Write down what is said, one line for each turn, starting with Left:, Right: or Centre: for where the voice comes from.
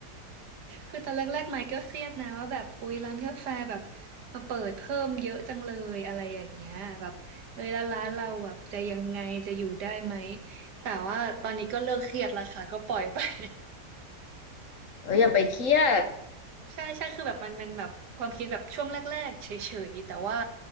Right: คือตอนแรกๆไมค์ก็เครียดนะว่าแบบอุ๊ยร้านกาแฟแบบมาเปิดเพิ่มเยอะจังเลยอะไรอย่างเงี้ยแบบเอ้ยแล้วร้านเราแบบจะยังไงจะอยู่ได้ไหมแต่ว่าตอนนี้ก็เลิกเครียดแล้วค่ะก็ปล่อยไป <laughs>
Left: เอออย่าไปเครียด
Right: ใช่ใช่คือแบบมันมันแบบความคิดแบบช่วงแรกๆเฉยๆแต่ว่า